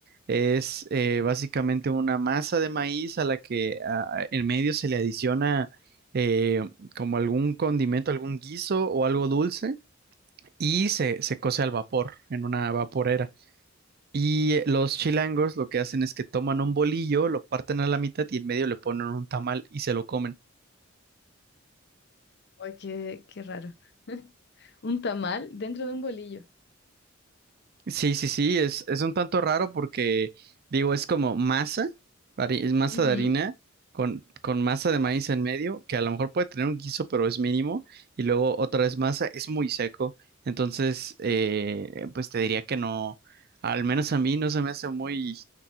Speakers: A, on the right (about 50°); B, on the left (about 55°).
A: Es eh, básicamente una masa de maíz a la que ah, en medio se le adiciona eh, como algún condimento, algún guiso o algo dulce y se, se cose al vapor en una vaporera. Y eh, los chilangos lo que hacen es que toman un bolillo, lo parten a la mitad y en medio le ponen un tamal y se lo comen.
B: Ay, qué, qué raro. <laughs> Un tamal dentro de un bolillo.
A: Sí, sí, sí, es, es un tanto raro porque, digo, es como masa, hari- es masa
B: Ujú,
A: de harina con, con masa de maíz en medio, que a lo mejor puede tener un guiso, pero es mínimo, y luego otra vez masa, es muy seco, entonces, eh, pues te diría que no, al menos a mí no se me hace muy,